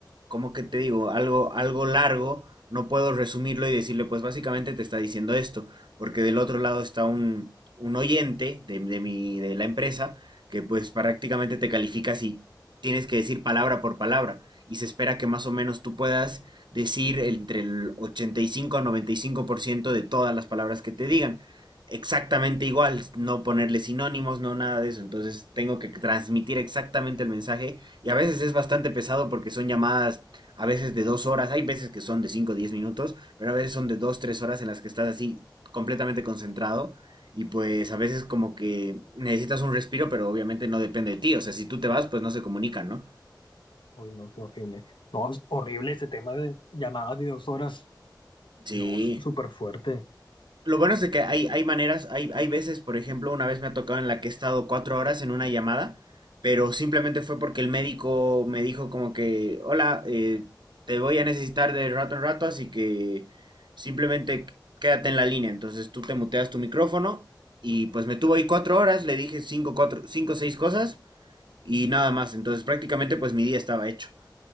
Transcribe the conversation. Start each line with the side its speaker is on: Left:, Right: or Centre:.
Right: ¿cómo que te digo? Algo, algo largo, no puedo resumirlo y decirle, pues básicamente te está diciendo esto, porque del otro lado está un, un oyente de, de mi, de la empresa que pues prácticamente te califica si tienes que decir palabra por palabra y se espera que más o menos tú puedas decir entre el 85 a 95% de todas las palabras que te digan. Exactamente igual, no ponerle sinónimos, no nada de eso. Entonces tengo que transmitir exactamente el mensaje y a veces es bastante pesado porque son llamadas a veces de dos horas, hay veces que son de cinco o 10 minutos, pero a veces son de dos, tres horas en las que estás así completamente concentrado y pues a veces como que necesitas un respiro, pero obviamente no depende de ti. O sea, si tú te vas, pues no se comunican, ¿no?
Left: Uy, no, qué horrible. No, es horrible ese tema de llamadas de dos horas.
Right: Sí.
Left: No, s- súper fuerte.
Right: Lo bueno es de que hay, hay maneras, hay, hay veces, por ejemplo, una vez me ha tocado en la que he estado cuatro horas en una llamada, pero simplemente fue porque el médico me dijo como que, hola, eh, te voy a necesitar de rato en rato, así que simplemente quédate en la línea. Entonces tú te muteas tu micrófono y pues me tuvo ahí cuatro horas, le dije cinco, cuatro, cinco, seis cosas y nada más. Entonces prácticamente pues mi día estaba hecho.